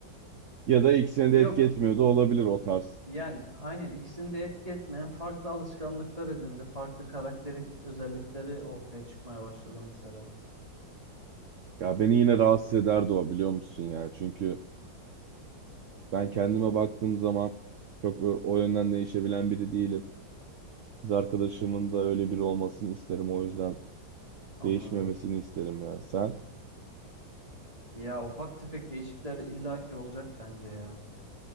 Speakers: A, on the right; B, on the right.
A: Ya da ikisine
B: Yok
A: de etki etmiyor da olabilir o tarz.
B: Yani aynen ikisini de etki etmeyen farklı alışkanlıklar edindi. Farklı karakterik özellikleri ortaya çıkmaya başladı mesela.
A: Ya beni yine rahatsız ederdi o biliyor musun ya? Çünkü Ben kendime baktığım zaman çok o o yönden değişebilen biri değilim. Kız arkadaşımın da öyle biri olmasını isterim. O yüzden
B: Anladım.
A: değişmemesini isterim ya. Sen
B: Ya ufak tefek değişiklikler illaki olacak bence ya.